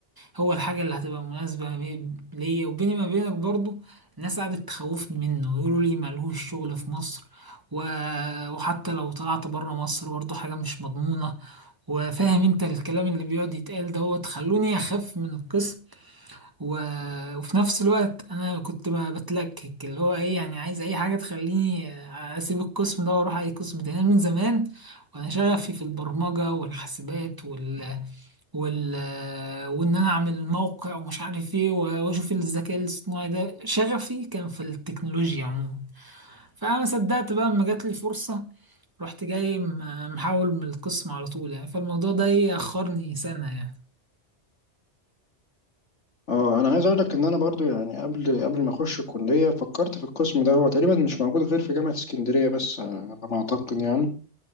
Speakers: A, on the right; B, on the left.
A: هو الحاجه اللي هتبقى مناسبه مي- ليا وبيني ما بينك برضو الناس قعدت تخوفني منه يقولوا لي ملهوش شغل في مصر و... وحتى لو طلعت بره مصر برضو حاجه مش مضمونه وفاهم انت الكلام اللي بيقعد يتقال دوت خلوني اخاف من القسم و... وفي نفس الوقت انا كنت ب- بتلكك اللي هو ايه يعني عايز اي حاجه تخليني آه، اسيب القسم ده واروح اي قسم تاني أنا من زمان وانا شغفي في البرمجه والحاسبات وال... وال... وان انا اعمل موقع ومش عارف ايه و- واشوف الذكاء الاصطناعي ده شغفي كان في التكنولوجيا عموما فانا ما صدقت بقى اما جات لي فرصه رحت جاي م- محول من القسم على طول يعني فالموضوع ده يأخرني سنه يعني
B: اه انا عايز اقول لك ان انا برضو يعني قبل قبل ما اخش الكليه فكرت في القسم ده هو تقريبا مش موجود غير في جامعه اسكندريه بس آه، على ما اعتقد يعني